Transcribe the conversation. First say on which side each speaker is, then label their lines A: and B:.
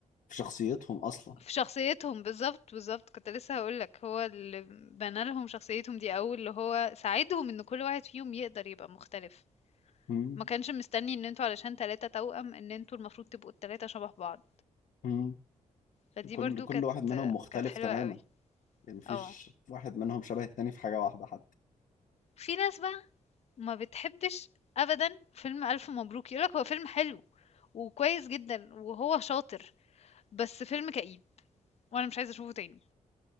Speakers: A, on the left; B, on the left.
A: في شخصيتهم أصلا
B: في شخصيتهم بالظبط بالظبط كنت لسه هقولك هو اللي بنى لهم شخصيتهم دي أول اللي هو ساعدهم ان كل واحد فيهم يقدر يبقى مختلف
A: مم.
B: ما كانش مستني ان انتوا علشان تلاتة توأم ان انتوا المفروض تبقوا التلاتة شبه بعض
A: مم.
B: فدي
A: كل
B: برضو
A: كل
B: كانت
A: واحد منهم مختلف
B: كانت حلوة
A: تماما
B: قوي
A: يعني مفيش
B: اه
A: واحد منهم شبه التاني في حاجة واحدة حتى
B: في ناس بقى ما بتحبش ابدا فيلم الف مبروك يقولك هو فيلم حلو وكويس جدا وهو شاطر بس فيلم كئيب وانا مش عايزة اشوفه تاني